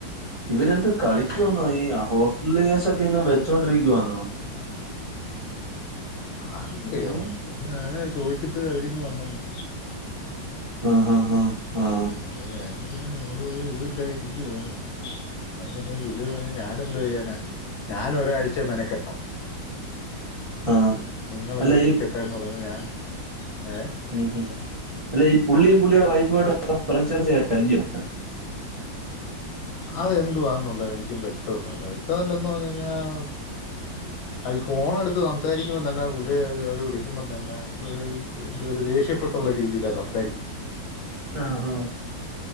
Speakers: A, on the right (about 25°); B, on the left (about 85°).
A: ഇവരെന്ത് കളിക്കുവെന്ന
B: ഉം
A: ആ ഈ ഹോസ് ലേസൊക്കെ ഇന്ന് വെച്ചോണ്ടിരിക്കുവാന്നോ.
B: ആർക്കറിയാം.
A: ഉം
B: ഞാന് ചോദിച്ചിട്ട് അവരിങ്ങ് വന്നന്ന്.
A: ആഹ ഹ ഹാ.
B: പിന്നെ
A: ആ
B: ഞാ പറയാ ഒരു ഇല്ലാതില്ലാതിരിക്കുവാ. അവൻ പറഞ്ഞ് പുള്ളി പറഞ്ഞ് ഞാനെന്തു ചെയ്യാനാ. ഞാനൊരു ആഴ്ച മെനക്കെട്ടോ.
A: ആ
B: നിങ്ങളെല്ലാം
A: അല്ല ഈ
B: നിക്കട്ടെ എന്ന് പറഞ്ഞ ഞാൻ ഏ
A: ഉം ഉം. അല്ല പുള്ളിയും പുള്ളിയുടെ വൈഫും ആയിട്ടു <unintelligible> ചേർച്ചയാണല്ല്യോ?
B: അത എന്തുവാണെന്ന് എനിക്കും വ്യക്തമൊന്നല്ല. വ്യക്തമല്ല എന്ന് പറഞ്ഞ കഴിഞ്ഞാൽ, അത് ഫോൺ എടുത്ത് സംസാരിക്കുമ്പോം തന്നെ, പുള്ളി വിളിക്കുമ്പോം തന്നെ ഏഹ് എന്തൊ രു ദേഷ്യപ്പെട്ട ള്ള രീതിയില സംസാരിക്കു.
A: ആ ഹാ